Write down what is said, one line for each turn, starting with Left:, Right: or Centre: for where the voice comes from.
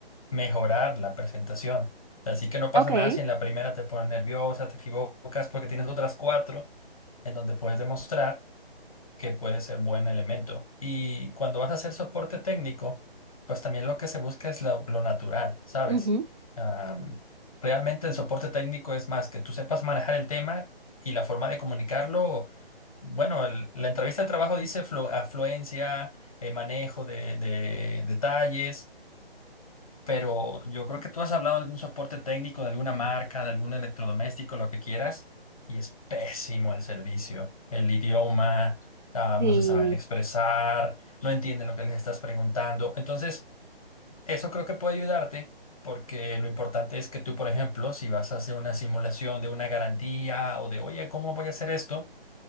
Left: mejorar la presentación. Así que no pasa
Right: Ok.
Left: nada si en la primera te pones nerviosa, te equivocas porque tienes otras cuatro en donde puedes demostrar que puede ser buen elemento. Y cuando vas a hacer soporte técnico, pues también lo que se busca es lo, lo natural, ¿sabes?
Right: Ujú.
Left: Am, realmente el soporte técnico es más que tú sepas manejar el tema y la forma de comunicarlo. Bueno, el- la entrevista de trabajo dice flu- afluencia, eh, manejo de, de detalles pero yo creo que tú has hablado de algún soporte técnico de alguna marca, de algún electrodoméstico, lo que quieras, y es pésimo el servicio. El idioma, ah,
Right: Sí.
Left: no se saben expresar, no entienden lo que les estás preguntando. Entonces, eso creo que puede ayudarte porque lo importante es que tú, por ejemplo, si vas a hacer una simulación de una garantía o de, oye, ¿cómo voy a hacer esto?